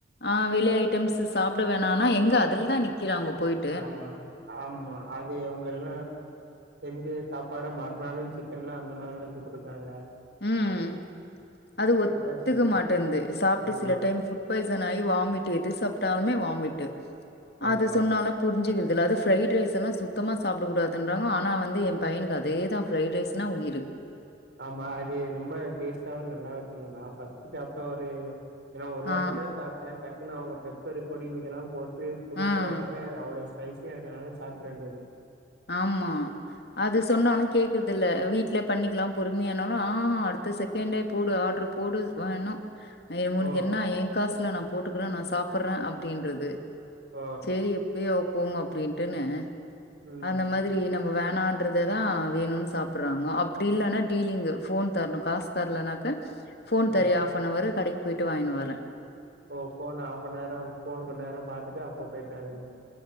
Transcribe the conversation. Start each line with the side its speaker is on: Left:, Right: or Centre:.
Left: ஆ வெளியே ஐட்டம்ஸ்ஸீ சாப்ட வேணான்னா எங்க அதிலதா நிக்கிறாங்க போய்ட்டு
Right: ஆமா ஆமா அது இவங்கெல்லா எங்கே சாப்பாட மறுநாளு சிக்கன்லா அந்த மாரிதா வெச்சு கொடுத்தாங்க
Left: உம் அது ஒத்துக்க
Right: பாய்சன் ஆயிரு
Left: மாட்டேன்ந்து சாப்ட்டு
Right: ஆமா,
Left: சில டைம் ஃபுட் பாய்சன் ஆயி வாமிட்டு எது சாப்ட்டாலுமே வாமிட்டு
Right: ஆமா,
Left: அது சொன்னாலு புரிஞ்சுக்கிறதில்ல அது ஃபிரைடு ரைஸ் எல்லா சுத்தமா சாப்பிடக் கூடாதுன்றாங்க ஆனா வந்து எ பையனுக்கு அதேதா ஃப்ரைடு ரைஸ்னா உயிரு
Right: ஆமா அது ரொம்ப டேஸ்ட்டாவு நல்லாவு இருக்குன்னு சொன்னா ஃபஸ்ட்டு சாப்ட்ட ஒரு நா ஒரு வாட்டி
Left: ஆ
Right: தா சாப்ட்டே டக்குன்னு அவங்க பெப்பரு பொடி இதெலா போட்டு குடுத்த
Left: ஆ
Right: ஒடனே அவ்ளோ ஸ்பைசியா இருக்கனால சாப்ட்ற வேண்டியது
Left: ஆமா அது சொன்னாலு கேக் இதில்ல வீட்லயே பண்ணிக்கலா பொறுமையானாலு ஆஹா அடுத்த செகண்டே போடு ஆர்டரு போடு வேணு ஏ உனுக்கு
Right: ஓ!
Left: என்னா என் காஸ்ல நா போட்டுகற நா சாப்பர்ன அப்டின்றது
Right: ஓ!
Left: சேரி எப்பயோ போங்க அப்படின்ட்டுன்னு
Right: ம்.
Left: அந்த மாதிரி நம்ம வேணான்றத தா வேணுன்னு சாப்பிடறாங்க அப்டி இல்லனா டீலிங்கு ஃபோன் தரணு காஸ் தரலனாக்க ஃபோன்
Right: அ.
Left: தரியா ஆஃபனவரு கடைக்கு போயிட்டு வாங்கின்னு வர
Right: போ ஃபோன் ஹாஃப்பு நேர ஃபோன் ரொம்ப நேர பாத்துட்டு அப்ப போயிட்டாருன்றது